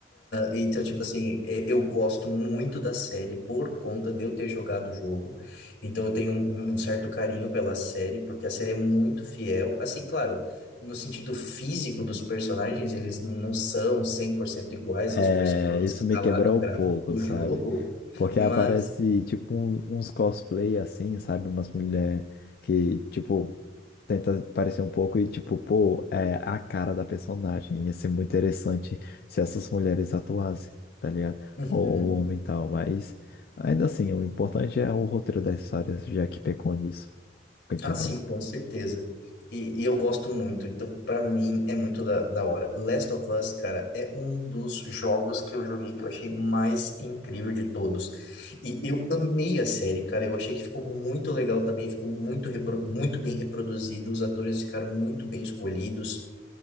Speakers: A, on the left; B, on the left.
A: Então, tipo assim, é- eu gosto muito da série por conta de eu ter jogado o jogo. Então, eu tenho um, um certo carinho pela série, porque a série é muito fiel. Assim, claro, no sentido físico dos personagens, eles não são 100% iguais
B: É,
A: aos personagens
B: isso
A: que
B: me
A: tá
B: quebrou
A: lá no gráfico
B: um pouco,
A: do
B: sabe?
A: jogo,
B: Porque
A: mas.
B: aparece, tipo, um- uns cosplay assim, sabe? Umas mulheres que, tipo, tenta parecer um pouco e, tipo, pô, é a cara da personagem. Ia ser muito interessante se essas mulheres atuassem, tá ligado?
A: Uhum.
B: Ou o homem e tal, mas ainda assim, o importante é o roteiro das histórias, já que pecou nisso. Continua.
A: Ah, sim, com certeza. E, e eu gosto muito, então pra mim é muito da, da hora. Last of Us, cara, é um dos jogos que eu joguei que eu achei mais incrível de todos. E eu amei a série, cara. Eu achei que ficou muito legal também, ficou muito, repro- muito bem reproduzido, os atores ficaram muito bem escolhidos.